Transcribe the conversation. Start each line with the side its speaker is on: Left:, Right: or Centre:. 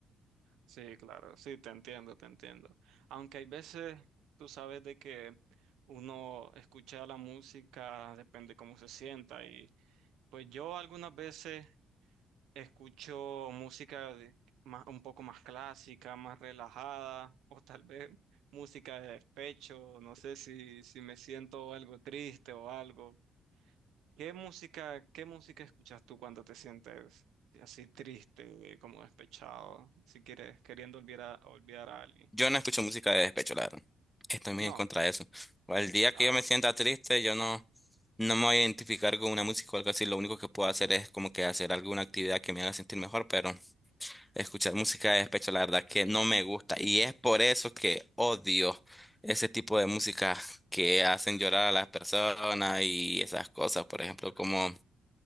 Right: Sí, claro, sí, te entiendo, te entiendo. Aunque hay veces, tú sabes de que uno escucha la música, depende cómo se sienta. Y pues yo algunas veces escucho música de- más, un poco más clásica, más relajada, o tal vez música de despecho, no sé si, si me siento algo triste o algo. ¿Qué música, qué música escuchas tú cuando te sientes así triste, como despechado, si quieres, queriendo olvidar a, olvidar a alguien?
Centre: Yo no escucho música de despecho, la verdad. Estoy muy
Right: No.
Centre: en contra de eso. O el día que
Right: Ah.
Centre: yo me sienta triste, yo no, no me voy a identificar con una música o algo así. Lo único que puedo hacer es como que hacer alguna actividad que me haga sentir mejor, pero escuchar música de despecho, la verdad que no me gusta. Y es por eso que odio ese tipo de música que hacen llorar a las personas y esas cosas, por ejemplo, como